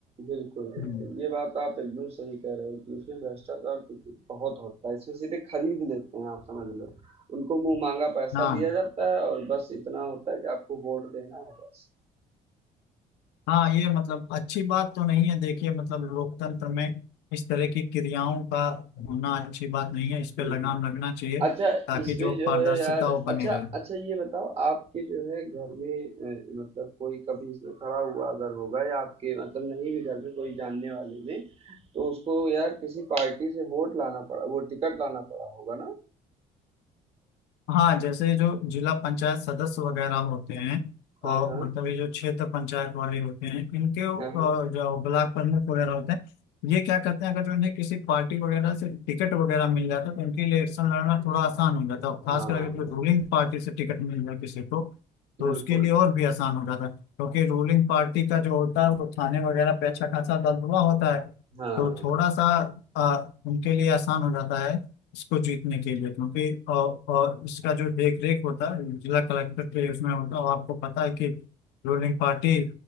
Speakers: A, on the right; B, on the left.
A: बिल्कुल, बिल्कुल।
B: हम्म,
A: ये बात आप एकदम सही कह रहे हो कि इसमें भ्रष्टाचार तो ब बहुत होता है, इसमें सीधे खरीद लेते हैं आप समझ लो। उनको मुँह माँगा पैसा
B: हाँ
A: दिया जाता है और बस इतना होता है कि आपको वोट देना है बस।
B: हाँ ये मतलब अच्छी बात तो नहीं है देखिए मतलब लोकतंत्र में इस तरह की क्रियाओं का होना अच्छी बात नहीं है इस पे
A: हुँ।
B: लगाम लगना चाहिए
A: अच्छा
B: ताकि
A: इसमें
B: जो
A: जो
B: पारदर्शिता
A: है यार
B: वो बनी
A: अच्छा
B: रहे
A: अच्छा ये बताओ आपके जो है घर में अ, मतलब कोई कभी इसमें खड़ा हुआ अगर होगा या आपके मतलब नहीं भी घर में कोई जानने वाले में तो उसको यार किसी पार्टी से वोट लाना पड़ा वो टिकट लाना पड़ा होगा ना
B: हाँ जैसे जो जिला पंचायत सदस्य वगैरह होते हैं
A: हाँ
B: और
A: हाँ
B: मतलब ये जो क्षेत्र पंचायत वाले होते हैं इनके अ,
A: हाँ हाँ
B: जो ब्लॉक प्रमुख वगैरह होते हैं ये क्या करते हैं अगर जो इन्हें किसी पार्टी वगैरह से टिकट वगैरह मिल जाता है तो इनके लिए इलेक्शन लड़ना थोड़ा आसान हो जाता है और खासकर
A: हाँ
B: अगर जो रूलिंग पार्टी से टिकट मिल जाए किसी को तो
A: बिल्कुल
B: उसके लिए और भी आसान हो जाता है क्योंकि रूलिंग पार्टी का जो होता है वो थाने वगैरह पे अच्छा खासा दबदबा होता है
A: हाँ
B: तो थोड़ा सा अ, उनके लिए आसान हो जाता है इसको जीतने के लिए क्योंकि और, और इसका जो देख रेख होता है जिला कलेक्टर के उसमें होता है और आपको पता है कि रूलिंग पार्टी